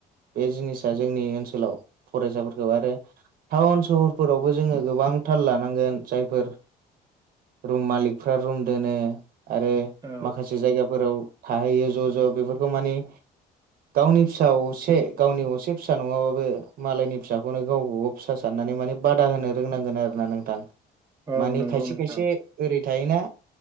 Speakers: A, on the right; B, on the right.
A: बे जिनिसा जोंनि ओनसोलाव फरायसाफोरखौ आरो टाउन सहरफोरावबो जोङो गोबां थाल लानांगोन जायफोर रुम मालिकफ्रा रुम दोनो आरो
B: औ
A: माखासे जायगाफोराव थाहैयो ज' ज' बेफोरखौ माने गावनि फिसा असे गावनि असे फिसा नङाबाबो मालायनि फिसाखौनो गाव गाव फिसा साननानै माने बादा होनो रोंनांगोन आरोना नोंथां
B: औ
A: मानि
B: नंगौ
A: खायसे
B: नोंथां
A: खायसे ओरै थायोना